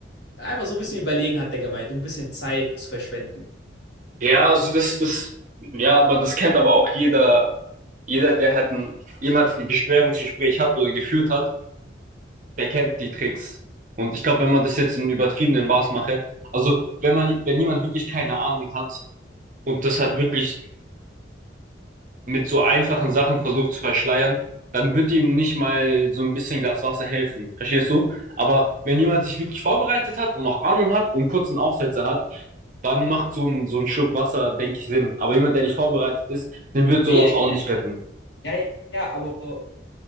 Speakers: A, on the left; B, on the right.
A: Einfach so ein bisschen überlegen, hat der gemeint, um ein bisschen Zeit zu verschwenden.
B: Ja, also das, das, ja, aber das kennt aber auch jeder, jeder, der halt ein, jemals ein Bewerbungsgespräch hat oder geführt hat. der kennt die Tricks. Und ich glaube, wenn man das jetzt in übertriebenem Maß mache, also wenn man, wenn jemand wirklich keine Ahnung hat und das hat wirklich mit so einfachen Sachen versucht zu verschleiern, dann wird ihm nicht mal so ein bisschen Glas Wasser helfen. Verstehst du? Aber wenn jemand sich wirklich vorbereitet hat und auch Ahnung hat und kurzen Aufsätze hat, dann macht so ein, so ein Schluck Wasser, denke ich, Sinn. Aber jemand, der nicht vorbereitet ist, den wird
A: Ja,
B: sowas
A: ja, ich,
B: auch nicht retten.
A: ja, ja, ja, aber